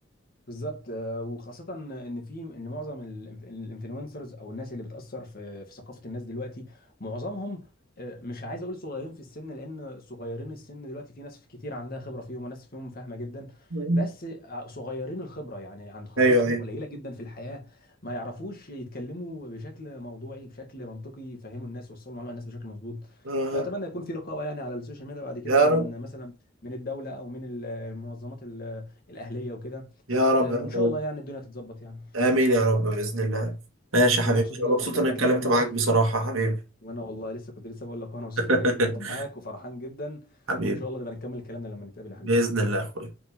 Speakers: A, on the left; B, on the right.
A: بالظبط آه، وخاصة ان في ان معظم ال- الانفلونسرز او الناس اللي بتأثر في في ثقافة الناس دلوقتي معظمهم آه، مش عايز اقول صغيرين في السن لان صغيرين السن دلوقتي في ناس كتير عندها خبرة فيهم وناس فيهم فاهمة جدا
B: مم.
A: بس آه، صغيرين الخبرة يعني عند خبرتهم
B: ايوه ايوه
A: قليلة جدا في الحياة ما يعرفوش يتكلموا بشكل موضوعي بشكل منطقي يفهموا الناس يوصلوا المعلومة للناس بشكل مظبوط
B: آه.
A: فأتمنى يكون في رقابة يعني على السوشيال ميديا بعد كده
B: يا
A: من
B: رب
A: مثلا من الدولة او من المنظمات ال- آه، الأهلية وكده
B: يا رب
A: آه،
B: يا
A: وان
B: اخويا
A: شاء الله يعني الدنيا تتظبط يعني
B: امين يا رب باذن الله ماشي يا
A: ما
B: حبيبي
A: انا مبسوط جدا
B: انا مبسوط
A: ان انا
B: اني
A: اتكلمت
B: اتكلمت
A: معاك
B: معاك بصراحه يا حبيبي
A: وانا والله لسه كنت لسه بقول لك وانا مبسوط
B: <laughs>
A: ان انا اتكلمت معاك وفرحان جدا
B: حبيبي
A: وان شاء الله نبقى نكمل كلامنا لما نتقابل يا حبيبي
B: باذن الله يا اخويا